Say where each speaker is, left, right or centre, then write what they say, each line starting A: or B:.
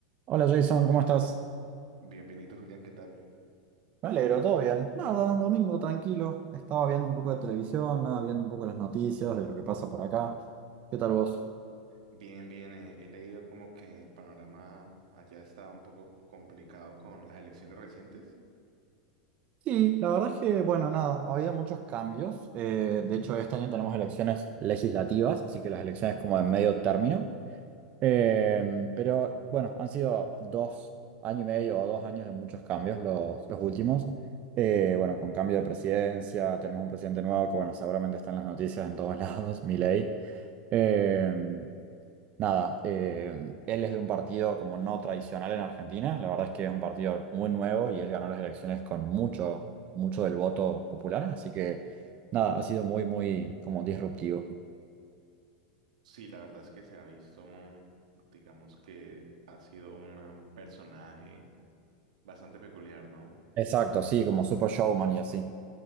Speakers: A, on the right; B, on the right.
A: Hola Jason, ¿cómo estás?
B: Bien, bien, Julián, ¿qué tal?
A: Me alegro, todo bien. Nada, domingo tranquilo. Estaba viendo un poco de televisión, nada, viendo un poco las noticias de lo que pasa por acá. ¿Qué tal vos?
B: Bien, bien, eh, he leído como que el panorama allá está un poco complicado con las elecciones recientes.
A: Sí, la verdad es que, bueno, nada, había muchos cambios. Eh, de hecho, este año tenemos elecciones legislativas, así que las elecciones como de medio término. Eh, pero bueno, han sido dos años y medio o dos años de muchos cambios los, los últimos. Eh, bueno, con cambio de presidencia, tenemos un presidente nuevo que, bueno, seguramente están las noticias en todos lados, <laughs> Milei. Eh, nada, eh, él es de un partido como no tradicional en Argentina. La verdad es que es un partido muy nuevo y él ganó las elecciones con mucho, mucho del voto popular. Así que nada, ha sido muy, muy como disruptivo.
B: Sí, la verdad es que se ha visto, digamos que ha sido una- un personaje bastante peculiar, ¿no?
A: Exacto, sí, como super showman y así.